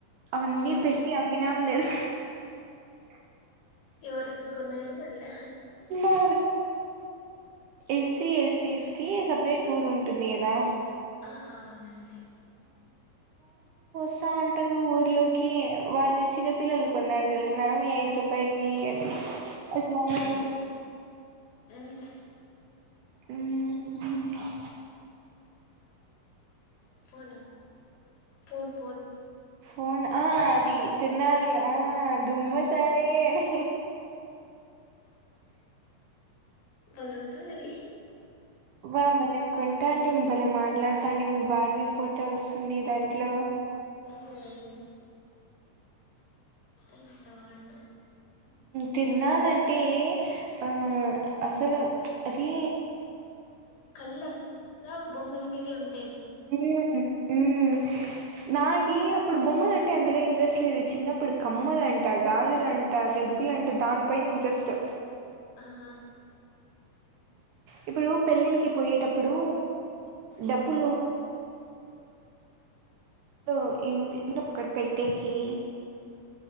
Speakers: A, on the right; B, on the left.
A: అవన్నీ
B: ఆ
A: పెట్టి అమ్మినా తెలు <inaudible> <unintelligible>
B: ఎవరొచ్చి కొన్నారు మళ్ళా
A: అ ఏసీ ఏస్టీస్కి సబ్ సెపరేట్ ఊరు ఉంటుంది కదా
B: ఆ నం
A: స అంటారు ఊర్లోకి వాళ్ళు చిన్న పిల్లలు కొన్నారు తెలుసునా మీ ఐదు రూపాయలకి అట్లాగినం
B: ఉహు
A: ఉమ్ హు
B: ఫోన ఫోన్ ఫోన్
A: ఫోన్ ఆద్ తి తిరునాలల్ల ఆ దుమ్మచాలే
B: ఆ!
A: అని
B: బలె వుంటదది
A: వన్ మినేట్ కొంటాంటె ఫోన్లో మాట్లాడతాండి మీ బార్బిస్ ఫోటోఒస్తుంది దాంట్లో
B: హ్మ్ ఎంతబావుండే
A: తిర్నాలంటే ఆ అసలు అదీ
B: కళ్ళన్ కావును బొమ్మల మీదే ఉన్
A: హ్మ్ ఉమ్ బాయ్ ఏ అప్పుడు బొమ్మలంటే అంతగా ఇంట్రెస్ట్ లేదు చిన్నప్పుడు కమ్మలంట, గాజులంట, క్లిప్పులంట దానిపైన ఇంట్రెస్ట్
B: ఆహా
A: ఇప్పుడు పెళ్ళిల్ల్కి పోయేటప్పుడు డబ్బులు డు ఇన్ అక్కడ పెట్టేకి